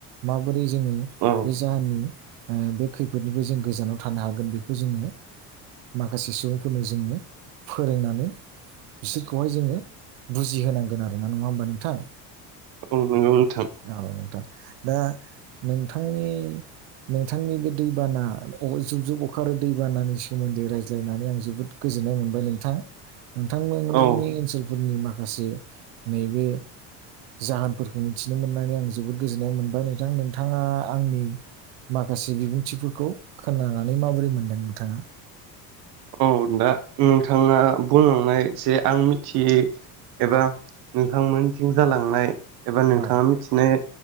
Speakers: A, on the right; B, on the right.
A: माबोरै जों जोङो
B: औ
A: बे जाहोननि ओ- बे खैफोदनिफ्राय जों गोजानाव थानो हागोन बेखौ जोङो माखासे सुबुंफोरनो जोङो, फोरोंनानै बिसोरखौहाय जोङो बुजिहोनांगोन आरोना नङा हबा नोंथां?
B: औ नंगौ नोंथां
A: औ नोंथां दा नोंथांनि नोंथांनि बे दैबाना अ-जुब जुब अखा आरो दैबानानि सोमोन्दै रायज्ला ज्लायनानै आं जोबोद गोजोननाय मोनबाय नोंथां नोंथांमोननि
B: औ
A: ओनसोलफोरनि मा माखासे नैबे जाहोनफोरखौ मिथिनो मोननानै आं जोबोद गोजोननाय मोनबाय नोंथां नोंथाङा आंनि माखासे बिबुंथिफोरखौ खोनानानै माबोरै मोनदों नोंथाङा?
B: औ दा नोंथाङा बुंलांनाय जे आं मिथियै एबा नोंथांमोनिथिं जालांनाय एबा नोंथाङा
A: औ
B: मिथिनाय,